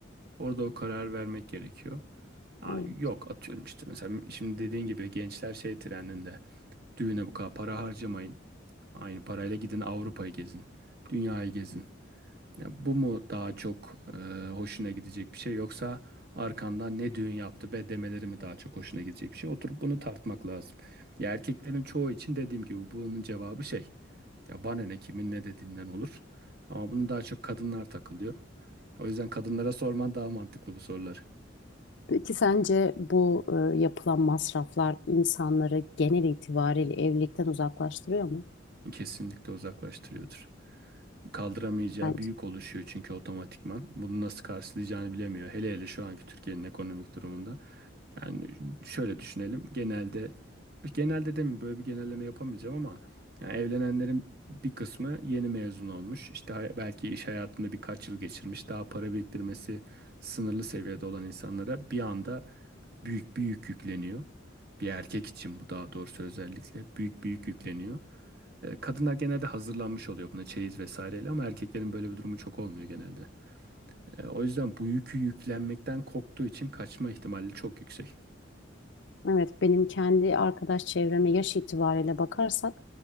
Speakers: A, on the right; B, on the left.
A: Orada o karar vermek gerekiyor. Aa,
B: Yani
A: yok atıyorum işte mesela şimdi dediğin gibi gençler şey trendinde düğüne bu kadar para harcamayın. Aynı parayla gidin Avrupa'yı gezin. Dünyayı gezin. Ya bu mu daha çok e, hoşuna gidecek bir şey yoksa arkandan ne düğün yaptı be demeleri mi daha çok hoşuna gidecek bir şey? Oturup bunu tartmak lazım. Ya erkeklerin çoğu için dediğim gibi bunun cevabı şey. Ya bana ne kimin ne dediğinden olur. Ama bunu daha çok kadınlar takılıyor. O yüzden kadınlara sorman daha mantıklı bu soruları.
B: Peki sence bu e, yapılan masraflar insanları genel itibariyle evlilikten uzaklaştırıyor mu?
A: Kesinlikle uzaklaştırıyordur. kaldıramayacağı
B: Bence.
A: bir yük oluşuyor çünkü otomatikman. Bunu nasıl karşılayacağını bilemiyor. Hele hele şu anki Türkiye'nin ekonomik durumunda. Yani şöyle düşünelim. Genelde genelde de mi böyle bir genelleme yapamayacağım ama yani evlenenlerin bir kısmı yeni mezun olmuş. İşte hay- belki iş hayatında birkaç yıl geçirmiş. Daha para biriktirmesi sınırlı seviyede olan insanlara bir anda büyük bir yük yükleniyor. Bir erkek için bu daha doğrusu özellikle büyük bir yük yükleniyor. E, Kadınlar genelde hazırlanmış oluyor buna çeyiz vesaireyle ama erkeklerin böyle bir durumu çok olmuyor genelde. E, O yüzden bu yükü yüklenmekten korktuğu için kaçma ihtimali çok yüksek.
B: Evet, benim kendi arkadaş çevreme yaş itibariyle bakarsak